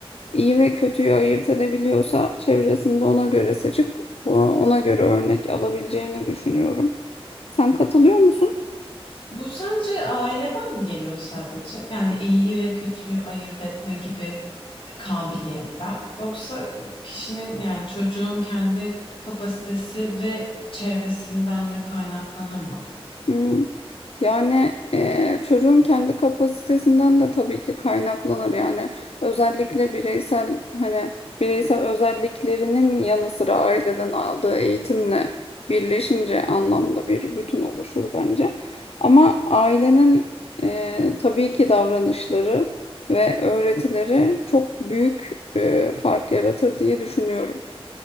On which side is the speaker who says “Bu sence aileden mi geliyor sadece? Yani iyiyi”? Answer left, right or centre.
Left